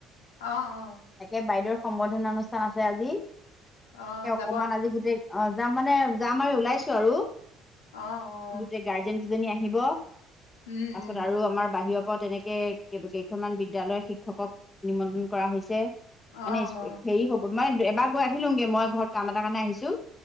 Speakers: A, on the left; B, on the left.
A: অ অ।
B: তাকে বাইদেউৰ সম্বৰ্দ্ধনা অনুষ্ঠান আছে আজি।
A: অঁ
B: এ
A: যা
B: অকমান আজি গোটেই, অ যাম মানে যাম আৰু ওলাইছোঁ। আৰু
A: অ অ
B: গোটেই গাড়ী গাৰ্ডিয়ন কেইজনী আহিব।
A: উম
B: তাৰপিছত
A: উম
B: আৰু আমাৰ বাহিৰৰ আকৌ তেনেকে কেইখনমান বিদ্যালয়ৰ শিক্ষকক নিমন্ত্ৰণ কৰা হৈছে।
A: অ অ
B: মানে হেৰি হব মই এবাৰ গৈ আহিলোগে। মই ঘৰত কাম এটা কাৰণে আহিছোঁ।